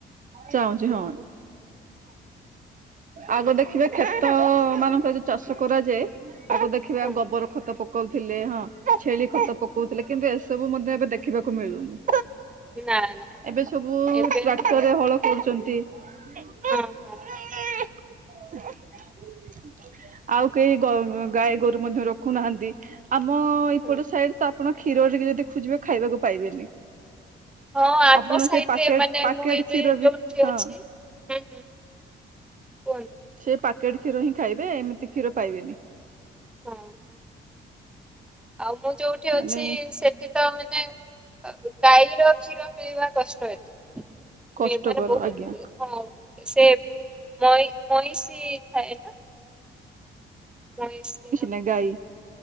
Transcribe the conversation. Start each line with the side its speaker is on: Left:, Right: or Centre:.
Right: ଚାହୁଁଛି ହଁ। ଆଗ ଦେଖିବେ କ୍ଷେତ ମାନଙ୍କରେ ଯ ଚାଷ କରାଯାଏ ଆଗ ଦେଖିବେ
Centre: ହଁ
Right: ଗୋବର ଖତ ପକଉଥିଲେ ହଁ ଛେଳି ଖତ ପକଉଥିଲେ କିନ୍ତୁ ଏସବୁ ମଧ୍ୟ ଏବେ ଦେଖିବାକୁ ମିଳୁନି।
Centre: ନା ନା
Right: ଏବେ ସବୁ
Centre: ଏବେ
Right: ଟ୍ରାକ୍ଟରରେ
Centre: ଆଉ
Right: ହଳ କରୁଛନ୍ତି। <unintelligible>
Centre: ହଁ ହଁ
Right: ଆଉ କେ ଗାଈ ଗୋରୁ ମଧ୍ୟ ରଖୁନାହାନ୍ତି। ଆମ ଏଇପଟ
Centre: ହଁ
Right: ସାଇଡ ତ ଆପଣ କ୍ଷୀର ଟିକେ ଯଦି ଖୋଜିବେ ଖାଇବାକୁ ପାଇବେନି।
Centre: ହଁ ଆମ
Right: ଆପଣ
Centre: ସାଇଡ଼ରେ
Right: ସେ ପାକେଟ
Centre: ମାନେ
Right: ପାକେଟ
Centre: ମୁଁ ଏବେ
Right: କ୍ଷୀର
Centre: ଯୋଉଠି
Right: ବି ହଁ
Centre: ଅଛି ହଁ। କୁହନ୍ତୁ।
Right: ସେ ପାକେଟ କ୍ଷୀର ହିଁ ଖାଇବେ ଏମତି କ୍ଷୀର ପାଇବେନି।
Centre: ହଁ। ଆଉ ମୁଁ ଯୋଉଠି ଅଛି
Right: ମାନେ
Centre: ସେ ସେ ତ ମାନେ ଗାଈର କ୍ଷୀର ପିଇବା କଷ୍ଟ ଏଠି।
Right: କଷ୍ଟକର
Centre: ଏମାନେ ବହୁତ
Right: ଆଜ୍ଞା
Centre: ହଁ ସେ ମଇଷି ମଇଁଷି ଥାଏ ନା। ମଇଁଷି ର ମ୍।
Right: ନା ଗାଈ।